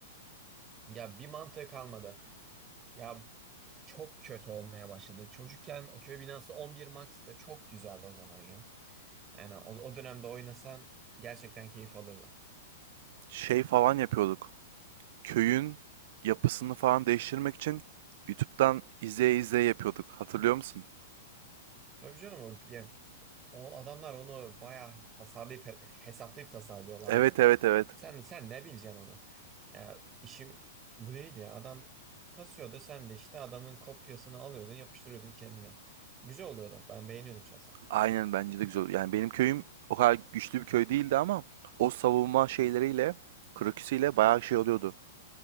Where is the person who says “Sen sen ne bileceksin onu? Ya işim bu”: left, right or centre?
Right